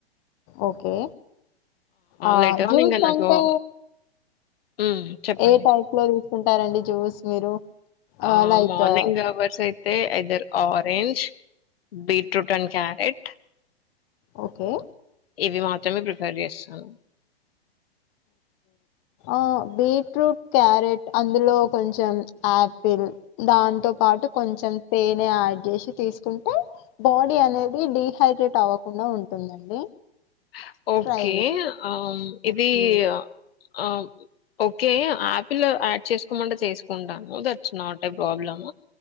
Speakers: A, on the left (about 35°); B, on the left (about 65°).
A: ఓకే ఆ
B: లేటర్
A: జ్యూస్
B: ఆన్ ఇంకా నాకు
A: అంటే
B: మ్మ్ చెప్పండి
A: ఏ టైప్ లో తీస్ కుంటారండి జ్యూస్ మీరు
B: ఆ
A: లైక్
B: మార్నింగ్
A: ఆ,
B: అవర్స్ అయి తే either orange beetroot and carrot
A: okay
B: ఇవి మాత్రమే ప్రిఫేర్ చేస్తాను
A: ఆ బీట్రూట్ క్యారెట్ అందులో కొంచెం ఆపిల్ దా దాంతో పాటు కొంచెం తేనె యాడ్ చేసి తీసుకుంటే బాడీ అనేది డిహైడ్రేట్ అవ్వకుండా ఉంటుందండి
B: హ ఓకే
A: ట్రై చేయండి
B: ఆమ్ ఇదీ
A: ఓకే
B: అ ఆమ్ ఓకే ఆపిల్ యాడ్ చేసుకోమంటే చేసుకుంటాను that's not a problem